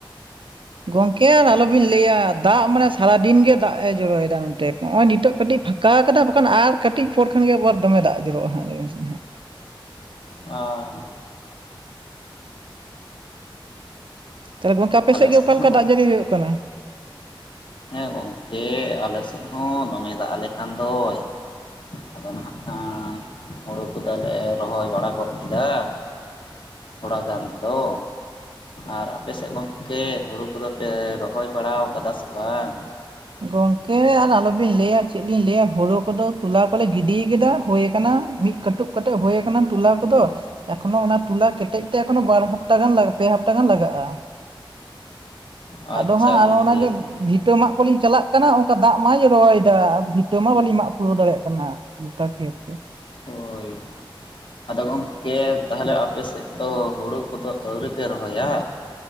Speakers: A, on the right; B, on the left.
A: ᱜᱚᱢᱠᱮ ᱟᱨ ᱟᱞᱚᱵᱤᱱ ᱞᱟᱹᱭᱟ ᱫᱟᱜ ᱢᱟᱱᱮ ᱥᱟᱨᱟᱫᱤᱱ ᱜᱮ ᱫᱟᱜ ᱮ ᱡᱚᱨᱚᱭᱮᱫᱟ ᱱᱚᱛᱮ ᱱᱚᱜᱼᱚᱭ ᱱᱤᱛᱚᱜ ᱠᱟᱹᱴᱤᱡ ᱯᱷᱟ ᱼᱼ ᱠᱟ ᱠᱟᱫᱟ ᱵᱟᱠᱷᱟᱱ ᱟᱨ ᱠᱟᱹᱴᱤᱡ ᱯᱚᱨ ᱠᱷᱟᱱ ᱜᱮ ᱮᱵᱟᱨ ᱫᱚᱢᱮ ᱫᱟᱜ ᱡᱩᱨᱩᱜᱼᱟ ᱦᱟᱸᱜ ᱧᱮᱞ ᱢᱮᱥᱮ ᱱᱟᱜ᱾
B: ᱟ
A: ᱛᱟᱦᱟᱞᱮ ᱜᱚᱝᱠᱮ ᱟᱯᱮ
B: ᱟᱞᱮ
A: ᱥᱮᱫ ᱜᱮ ᱚᱠᱟᱞᱮᱠᱟ
B: ᱦᱚᱸ
A: ᱫᱟᱜ
B: ᱜᱚᱝ
A: ᱡᱟᱹᱲᱤ ᱦᱩᱭᱩᱜ ᱠᱟᱱᱟᱹ ᱾
B: ᱦᱮᱸ ᱜᱚᱝᱠᱮ ᱟᱞᱮ ᱥᱮᱫ ᱦᱚᱸ ᱫᱚᱢᱮ ᱫᱟᱜ ᱟᱞᱮ ᱠᱟᱱ ᱫᱚᱭ᱾ ᱟᱫᱚ ᱦᱟᱜ ᱠᱷᱟᱱ ᱦᱩᱲᱩ ᱠᱚᱫᱚᱞᱮ ᱨᱚᱦᱚᱭ ᱵᱟᱲᱟ ᱜᱚᱫ ᱠᱮᱫᱟᱹ ᱾ ᱛᱷᱚᱲᱟ ᱜᱟᱱ ᱫᱚ᱾ ᱟᱨ ᱟᱯᱮ ᱥᱮᱫ ᱜᱚᱢᱠᱮ ᱦᱩᱲᱩ ᱠᱚᱫᱚ ᱯᱮ ᱨᱚᱦᱚᱭ ᱵᱟᱲᱟ ᱟᱠᱟᱫᱟ ᱥᱮ ᱵᱟᱝ?
A: ᱜᱚᱝᱠᱮ ᱟᱨ ᱟᱞᱚᱵᱤᱱ ᱞᱟᱹᱭᱟ ᱪᱮᱫ ᱞᱤᱧ ᱞᱟᱹᱭᱟ ᱦᱳᱲᱩ ᱠᱚᱫᱚ ᱛᱚᱞᱟ ᱠᱚᱞᱮ ᱜᱤᱰᱤ ᱠᱮᱫᱟ ᱦᱩᱭ ᱟᱠᱟᱱᱟ ᱢᱤᱫ ᱠᱟᱹᱴᱩᱵ ᱠᱟᱛᱮ ᱦᱩᱭ ᱟᱠᱟᱱᱟ ᱴᱚᱞᱟ ᱠᱚᱫᱚ᱾ ᱮᱠᱷᱚᱱᱳ ᱚᱱᱟ ᱴᱚᱞᱟ ᱠᱮᱴᱮᱡ ᱛᱮ ᱮᱠᱷᱚᱱᱚ ᱵᱟᱨ ᱦᱟᱯᱛᱟ ᱜᱟᱱ ᱞᱟ ᱯᱮ ᱦᱟᱯᱛᱟ ᱜᱟᱱ ᱞᱟᱜᱟᱜᱼᱟ᱾
B: ᱟᱪᱪᱷᱟ
A: ᱟᱫᱚ ᱦᱟᱸᱜ
B: ᱜᱚᱝᱠᱮ
A: ᱟᱨᱦᱚᱸ ᱚᱱᱟᱜᱮ ᱵᱷᱤᱴᱟᱹ ᱢᱟᱜ ᱠᱚᱞᱤᱧ ᱪᱟᱞᱟᱜ᱾ ᱠᱟᱱᱟ ᱚᱱᱠᱟ ᱫᱟᱜ ᱢᱟᱭ ᱨᱚᱦᱚᱭᱮᱫᱟ ᱵᱷᱤᱴᱟᱹ ᱢᱟ ᱵᱟᱹᱞᱤᱧ ᱢᱟᱜ ᱯᱩᱨᱟᱹᱣ ᱫᱟᱲᱮᱭᱟᱜ ᱠᱟᱱᱟ ᱜᱚᱴᱟ ᱠᱷᱮᱛ ᱜᱮ᱾
B: ᱦᱳᱭ ᱟᱫᱚ ᱜᱚᱢᱠᱮ ᱛᱟᱦᱚᱞᱮ ᱟᱯᱮ ᱥᱮᱫ ᱫᱚ ᱦᱩᱲᱩ ᱠᱚᱫᱚ ᱟᱹᱣᱨᱤᱯᱮ ᱨᱚᱦᱚᱭᱟᱹ?